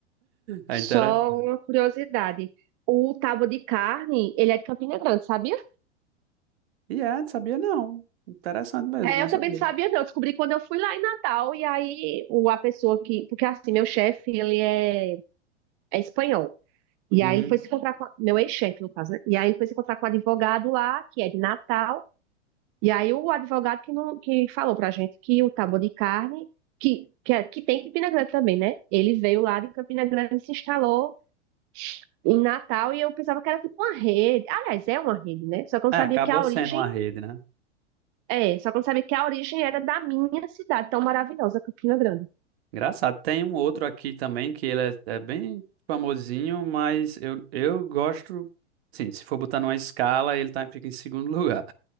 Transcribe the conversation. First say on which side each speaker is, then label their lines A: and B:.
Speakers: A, on the right (about 60°); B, on the right (about 35°).
A: É
B: só
A: interessante.
B: uma curiosidade. O tábua de carne, ele é de Campina Grande, sabia?
A: E é, sabia não. Interessante mesmo,
B: É,
A: não
B: eu
A: sabia.
B: também não sabia, não. Descobri quando eu fui lá em Natal. E aí, o, a pessoa que. Porque assim, meu chefe, ele é, é espanhol. E
A: Uhum.
B: aí, ele foi se encontrar com. a- Meu ex-chefe, no caso, né? E aí, ele foi se encontrar com o advogado lá, que é de Natal. E aí, o advogado que, não, que falou pra gente que o tábua de carne, que, que, é- que tem em Campina Grande também, né? Ele veio lá de Campina Grande e se instalou. em Natal e eu pensava que era tipo uma rede. Aliás, é uma rede, né? Só que eu não
A: É,
B: sabia
A: acabou
B: que a
A: sendo
B: origem
A: uma rede, né?
B: é, só que eu não sabia que a origem era da minha cidade, tão maravilhosa, Campina Grande.
A: Engraçado. Tem um outro aqui também que ele é, é bem famosinho, mas eu, eu gosto. Sim, se for botar numa escala, ele tá, fica em segundo <laughs> lugar